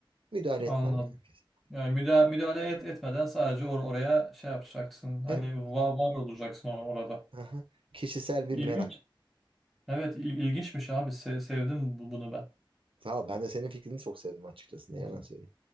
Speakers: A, on the right (about 85°); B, in the centre.
A: Müdahale etmem
B: Anladım.
A: yani kesin.
B: Yani müdahale, müdahale et, etmeden sadece or oraya şey yapacaksın. Hani
A: Evet.
B: var, var olacaksın or- orada.
A: Aha. Kişisel bir
B: İlginç.
A: merak.
B: Evet, il- ilginçmiş abi. Se- sevdim bu- bunu ben.
A: Sağ ol. Ben de senin fikrini çok sevdim açıkçası.
B: <laughs>
A: Ne yalan söyleyeyim.